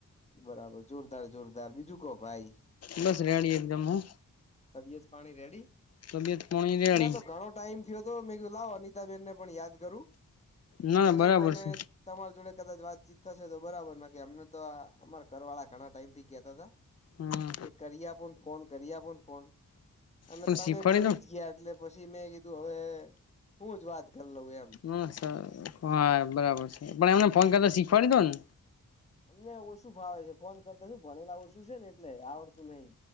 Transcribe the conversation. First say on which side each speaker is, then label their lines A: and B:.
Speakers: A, on the left; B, on the left.
A: બરાબર જોરદાર જોરદાર બીજું કહો ભાઈ.
B: બસ રેડી એકદમ હું.
A: દીસ પાણી રેડી.
B: તબિયત પાણી રેડી.
A: પેલા તો <unintelligible> લાવ અનિતાબેનને પણ યાદ કરું
B: ના ના
A: અને
B: બરાબર
A: બોને
B: છે
A: તમાર જોડે. કદાચ વાતચીત થશે તો બરાબર ના કે અમને તો આ અમારા ઘરવાળા ઘણા ટાઈમ થી કેતા હતા.
B: હમ
A: કે કરિયા પણ ફોન કર્યા પણ ફોન. અને
B: પણ
A: તમે
B: શીખવાડી
A: બોલી
B: દો
A: જ ગયા એટલે પછી મેં કીધું હવે હું જ વાત. કરી લઉં
B: <unintelligible>
A: એમ
B: હા બરાબર છે, પણ એમને ફોન કરતો શીખવાડી દયોને.
A: અમને ઓછું ફાવે છે, ફોન કરતા શું ભણેલા ઓછું છે, ને. એટલે આવડતું નહી